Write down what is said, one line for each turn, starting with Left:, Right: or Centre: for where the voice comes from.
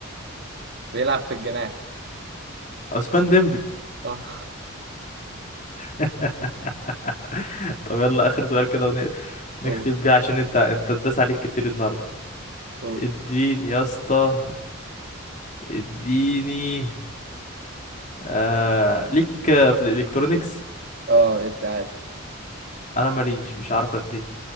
Right: بيلعب في الجناح
Left: عثمان ديمبلي
Right: اه
Left: <laughs> طب يلا آخر سؤال كده ون- نختم
Right: قول
Left: بيه عشان انت انت اتداس عليك كتير النهارده
Right: قول
Left: اديني يا اسطى اديني آه ليك في الالكترونيكس
Right: اه الدعادي
Left: انا ماليش مش عارف اديه